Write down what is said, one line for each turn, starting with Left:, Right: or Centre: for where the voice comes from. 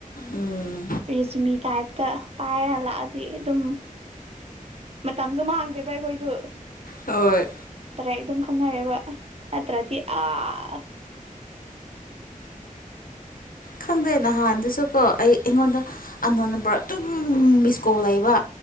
Left: ꯎꯝ
Right: ꯔꯦꯖꯨꯃꯤ ꯇꯥꯏꯞꯇ ꯄꯥꯏꯔ ꯂꯥꯛꯑꯣ ꯗꯤ ꯑꯗꯨꯝ ꯃꯇꯝꯁꯨ ꯃꯥꯡꯗ꯭ꯔꯦꯗ ꯑꯩꯈꯣꯏꯁꯨ
Left: ꯍꯣꯏ
Right: ꯇꯔꯥꯏ ꯑꯗꯨꯝ ꯈꯪꯅꯔꯦꯕ ꯅꯠꯇ꯭ꯔꯗꯤ ꯑꯥ
Left: ꯈꯪꯗꯦ ꯅꯍꯥꯟꯗꯨꯁꯨꯀꯣ ꯑꯩ ꯑꯩꯉꯣꯟꯗ ꯑꯟꯅꯣꯟ ꯅꯝꯕꯔ ꯑꯗꯨꯝ ꯃꯤꯁ ꯀꯣꯜ ꯂꯩꯕ